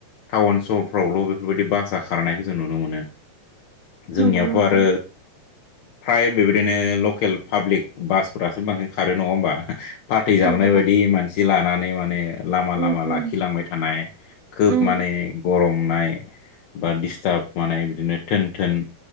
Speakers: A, on the left (about 60°); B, on the right (about 75°).
A: टाउन सहर फ्रावल' बेफोरबायदि बासा खारनायखौ जों नुनो मोनो जोंनियावथ'
B: नंगौ नोंथां
A: आरो फ्राय बेबायदिनो लकेल पाब्लिक बासफोरासो बांसिन खारो नङा होमबा फाथै जाबनाय
B: नंगौ दा
A: बायदि मानसि लानानै माने लामा
B: उम
A: लामा
B: उम
A: लाखिलांबाय थानाय खोब
B: उम
A: माने गरमनाय बा दिष्टाब माने बिदिनो थोन थोन